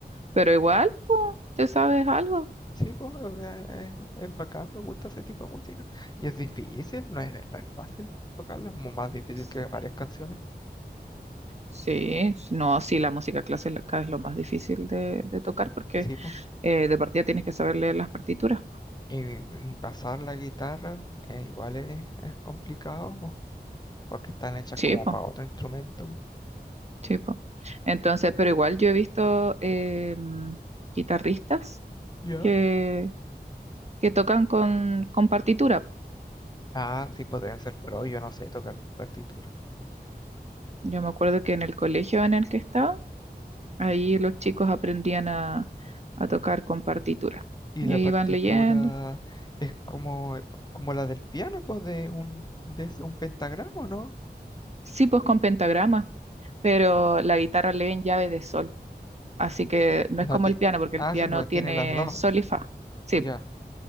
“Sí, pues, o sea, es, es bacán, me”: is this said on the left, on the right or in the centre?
Left